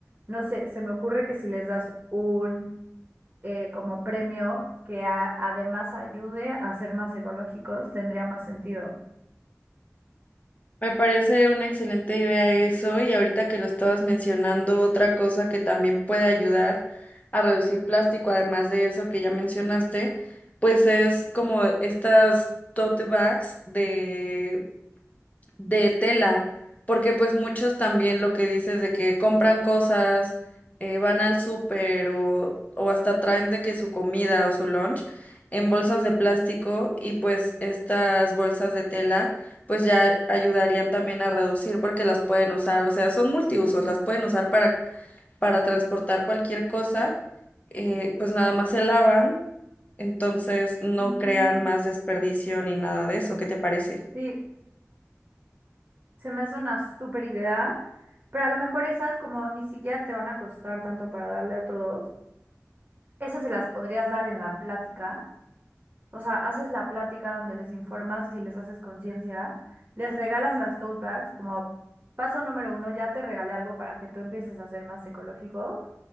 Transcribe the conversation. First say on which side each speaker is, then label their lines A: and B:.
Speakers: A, on the right; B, on the left.
A: no sé, se me ocurre que si les das un eh, como premio que a- además ayude a ser más ecológicos, tendría más sentido.
B: Me parece una excelente idea eso y ahorita que lo estabas mencionando, otra cosa que también puede ayudar a reducir plástico, además de eso que ya mencionaste, pues es como estas tote bags de de tela, porque pues muchos también lo que dices de que compran cosas, eh, van al súper o, o hasta traen de que su comida o su lunch en bolsas de plástico y pues estas bolsas de tela pues ya ayudarían también a reducir porque las pueden usar, o sea, son multiusos, las pueden usar para, para transportar cualquier cosa, eh, pues nada más se lavan, entonces no
A: Ujú.
B: crean más desperdicio ni nada de eso, ¿qué te parece?
A: Sí, Se me hace una súper idea, pero a lo mejor esas como ni siquiera te van a costar tanto para darle a todos. Esas se las podrías dar en la plática. O sea, haces la plática donde les informas y les haces conciencia, les regalas las tote bags como paso número uno, ya te regalé algo para que tú empieces a ser más ecológico.